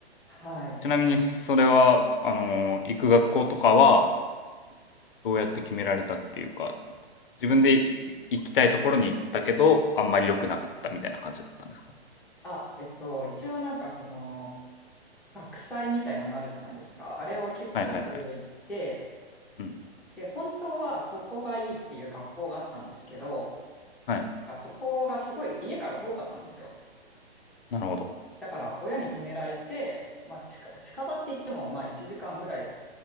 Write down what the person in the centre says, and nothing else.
はい。
あ、えっと、一応なんかその学祭みたいなのあるじゃないですか。あれを結構いろいろ行って、
で、本当はここがいいっていう学校があったんですけど、
そこがすごい家から遠かったんですよ。
だから親に止められて、まあ近、近場って言ってもまあ1時間ぐらい